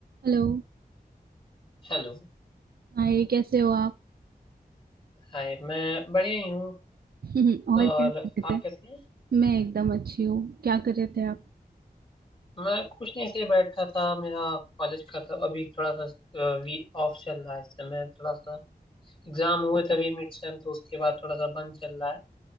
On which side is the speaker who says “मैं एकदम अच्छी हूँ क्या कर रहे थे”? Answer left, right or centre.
Right